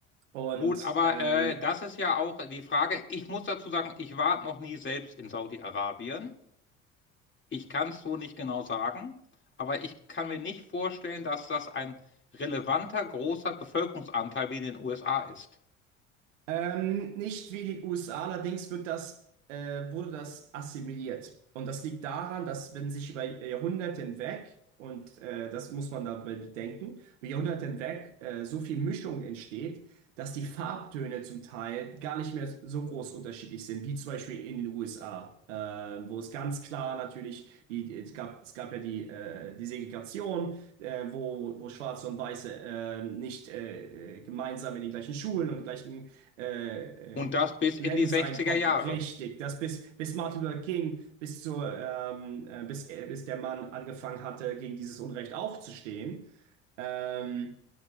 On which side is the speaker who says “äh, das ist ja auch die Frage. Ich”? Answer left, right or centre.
Left